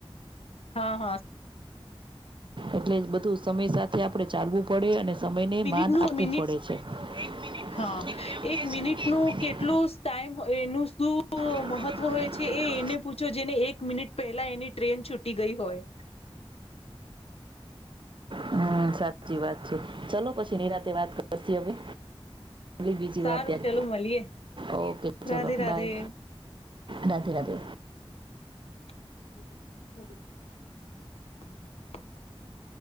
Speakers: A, on the left (about 80°); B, on the right (about 55°).
A: હા, હા.
B: એટલે જ બધું સમય સાથે આપડે ચાલવું પડે અને સમયને
A: નો
B: આપવું
A: મિનિટ
B: પડે છે. એક મિનિટ
A: હા
B: એવું
A: એક
B: કે
A: મિનિટનું
B: છે ને કે એક મિનિટ
A: કેટલું ટાઈમ સ હોય એનું શું નું
B: એક
A: મહત્વ
B: મિનિટ
A: હોય
B: નું
A: છે
B: કેટલું
A: એ એને પૂછો જેને એક મિનિટ પહેલા એની ટ્રેન છૂટી ગઈ હોય.
B: હમ્મ સાચી વાત છે. ચલો પછી નિરાતે વાત કરશી હવે. બી બીજી
A: સારું
B: વાર ત્યાં,
A: ચલો મળીએ
B: ઓકે ચલો
A: રાધે રાધે.
B: બાય, રાધે-રાધે.
A: <inaudible>